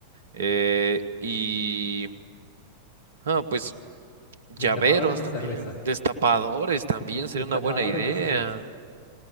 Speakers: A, on the right; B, on the left.
A: eh, y, ah, pues llaveros
B: Destapadores de
A: también,
B: cerveza.
A: destapadores también
B: <laughs>
A: sería
B: Destapadores
A: una buena idea.
B: de cerveza.